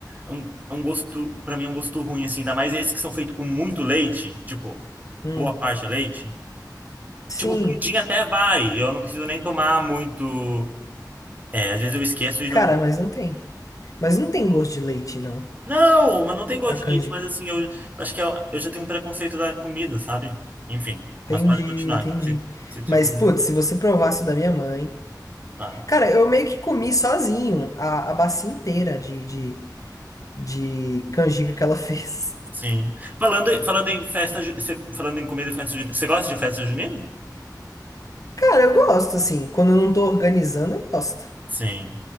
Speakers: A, on the right; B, on the left.
A: um, um gosto, pra mim, é um gosto ruim, assim. Ainda mais esses que são feitos com muito leite, tipo,
B: Hum,
A: boa parte é leite.
B: sim.
A: Tipo, pudim até vai, eu não preciso nem tomar muito. É, às vezes eu esqueço e
B: Cara,
A: não.
B: mas não tem. Mas não tem gosto de leite, não.
A: Não, mas não tem gosto
B: A canjica.
A: de leite, mas assim, eu acho que eu, eu já tenho um preconceito da comida, sabe? Enfim, mas
B: Entendi,
A: pode continuar,
B: entendi.
A: que se, se tinha
B: Mas,
A: comido.
B: putz, se você provasse o da minha mãe.
A: Tá.
B: Cara, eu meio que comi sozinho a, a bacia inteira de, de, de canjica que ela <laughs> fez.
A: Sim. Falando, falando em festa, ju- cê- falando em comida e festa junina, você gosta de festa junina?
B: Cara, eu gosto, assim. Quando eu não tô organizando, eu gosto.
A: Sim.